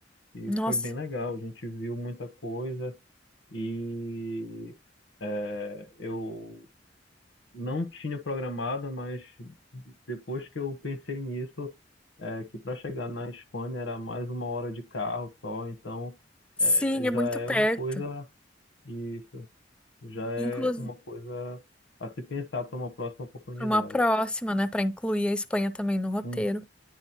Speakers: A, on the left; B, in the centre.
A: e
B: Nossa,
A: foi bem legal. A gente viu muita coisa e é, eu não tinha programado, mas depois que eu pensei nisso, é, que para chegar na Espanha era mais uma hora de carro só, então
B: sim,
A: é,
B: é
A: já
B: muito
A: é
B: perto.
A: uma coisa, isso, já é
B: Inclusive,
A: uma coisa a se pensar para uma próxima oportunidade.
B: para uma próxima, né? Para incluir a Espanha também no roteiro.
A: Uhum.